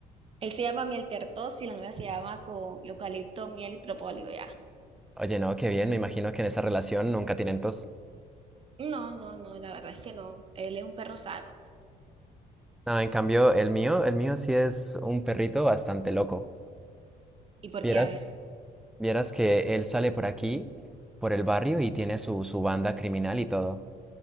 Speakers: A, on the right; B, in the centre.
A: él se llama miel tertos y la novia se llama con eucalipto, miel y propóleo ya.
B: Oye, no, qué bien, me imagino que en esa relación nunca tienen tos.
A: No, no, no, la verdad es que no. Él es un perro sano.
B: No, en cambio, el mío, el mío sí es un perrito bastante loco.
A: ¿Y por
B: Vieras,
A: qué? A ver,
B: vieras que él sale por aquí, por el barrio y tiene su, su banda criminal y todo.